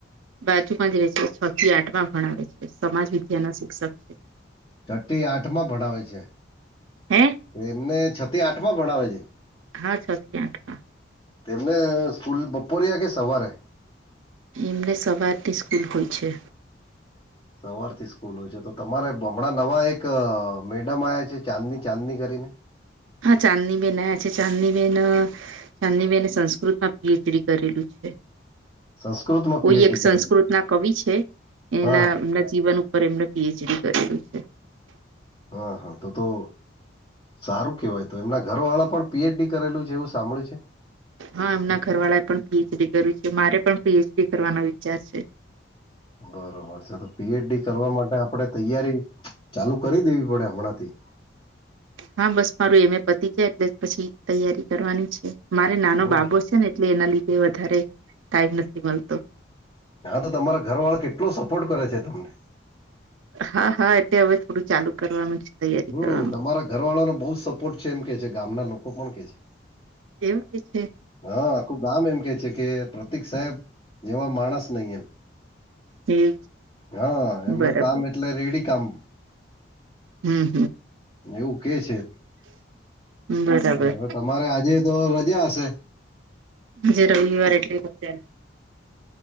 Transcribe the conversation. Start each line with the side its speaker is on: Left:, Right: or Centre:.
Right: બાજુમાં જ રહે છે છ, થી આઠ માં ભણાવે છે સમાજવિદ્યા ના શિક્ષક
Left: છ થી આઠ માં ભણાવે છે.
Right: હે
Left: એમને છ થી આઠ ભણાવે છે.
Right: હા છ થી આઠ
Left: તેમને સ્કૂલ બપોર આ કે સવારે
Right: એમને સવારથી સ્કૂલ હોય છે.
Left: સવારથી સ્કૂલ હોય છે, તો તમારે હમણાં નવા એક મેડમ આવ્યા છે ચાંદની ચાંદની કરીને
Right: હા ચાંદની બેેન આયા છે, ચાંદની બેેન ચાંદની બેને સંસ્કૃતમાં પીએચડી કરેલું છે.
Left: સંસ્કૃતમાં
Right: કોઈ
Left: પીએચડી
Right: એક
Left: કરેલી
Right: સંસ્કૃત ના કવિ છે, એના
Left: હા
Right: એમના જીવન પર એમને પીએચડી કરેયું છે.
Left: હા હા તો તો સારું કેવાય તો એમના ઘર વાળા પણ પીએચ ડી કરેલું છે એવું સાંભળ્યું છે.
Right: હા એમના ઘરવાળાએ પણ પીએચડી કર્યું છે મારે પણ પીએચડી કરવાનો વિચાર છે.
Left: બરોબર છે તો પીએચડી કરવા માટે આપણેે તૈયારી ચાલુ કરી દેવી પડે હમણાં થી.
Right: હા બસ મારું એમે પતિ જાય એટલે પછી તૈયારી કરવાની છે, મારે નાનો
Left: હમ
Right: બાબો છે. ને એટલે એના લીધે વધારે ટાઈમ નથી, મળતો
Left: હા તો તમારા ઘર વાળા કેટલો સપોર્ટ કરે છે, તમને
Right: હા હા એતે હવે થોડું ચાલુ કરવાનું છે. તૈયારી
Left: હમ
Right: કરવાનું
Left: તમારા ઘરવાળાને બહુ સપોર્ટ છે એમ કે છે, ગામના લોકો પણ કે છે.
Right: એવું કે છે
Left: હા આખું ગામ એમ કે છે. કે પ્રતીક સાહેબ જેવા માણસ નહી એમ
Right: હ એ
Left: હા, એમનું
Right: બરાબર
Left: કામ એટલે રેડી કામ
Right: હમ,
Left: એવું કે છે
Right: હમ બરાબર
Left: હવે તમારે આજે તો રજા હશે.
Right: જ રવિવાર એટલે વચે